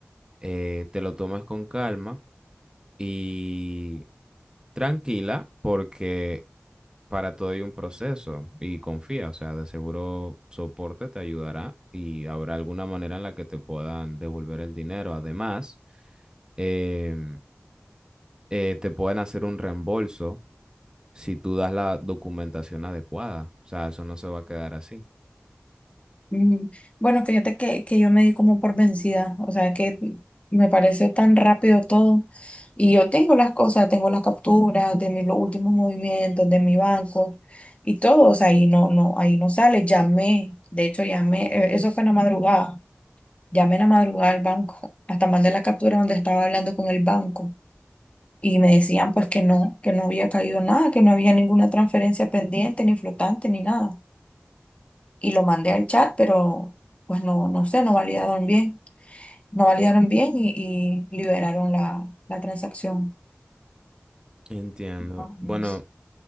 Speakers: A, on the right; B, on the left.
A: eh, te lo tomes con calma y tranquila porque para todo hay un proceso y confía, o sea, de seguro soporte te ayudará y habrá alguna manera en la que te puedan devolver el dinero. Además, em, eh, te pueden hacer un reembolso si tú das la documentación adecuada, o sea, eso no se va a quedar así.
B: Mm, Bueno, fíjate que, que yo me di como por vencida, o sea que me pareció tan rápido todo y yo tengo las cosas, tengo las capturas de mis los últimos movimientos, de mi banco y todo, o sea, ahí no, no, ahí no sale, llamé, de hecho llamé, eh, eso fue en la madrugada, llamé en la madrugada al banco, hasta mandé la captura donde estaba hablando con el banco y me decían pues que no, que no había caído nada, que no había ninguna transferencia pendiente, ni flotante, ni nada y lo mandé al chat, pero pues no, no sé, no validaron bien, no validaron bien y, y liberaron la, la transacción.
A: Entiendo.
B: Ujú,
A: Bueno,